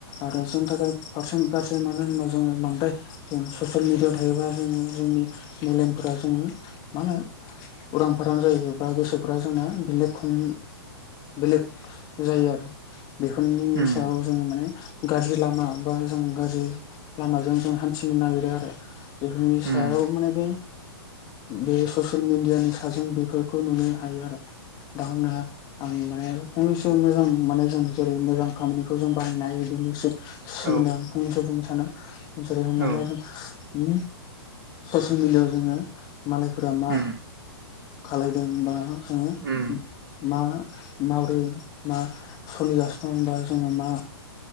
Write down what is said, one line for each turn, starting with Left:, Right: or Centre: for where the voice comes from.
Left: आरो जोंनि थाखाय फारसे गाज्रि मानो होनबा जोङो बांद्राय जों ससियेल मिडियाव थायोबा जोङो जोंनि मेलेमफोरा जोङो मा होनो उरां फारां जायो बा गोसोफोरा जोंना बेलेग खम बेलेग जायो आरो बेफोरनि
Right: उम
Left: सायाव जोङो माने गाज्रि लामा बा जों गाज्रि लामाजों जों हान्थिनो नागिरो आरो बेफोरनि
Right: उम
Left: सायाव माने बै बे ससियेल मिडियानि साजों बेफोरखौ नुनो हायो आरो <unintelligible> आं माने फंनैसो मोजां माने जों जेरै मोजां खामानिखौ जों बाहायनाय बिदिनि सोमोन्दै
Right: औ
Left: आं फंनैसो बुंनो सानो जेरै हमना
Right: औ
Left: ला जों उम ससियेल मिडियाव जोङो मालायफोरा मा
Right: उम
Left: खालायदोंबा जोङो
Right: उम
Left: मा माबोरै मा सोलिगासिनो दंबा जोङो मा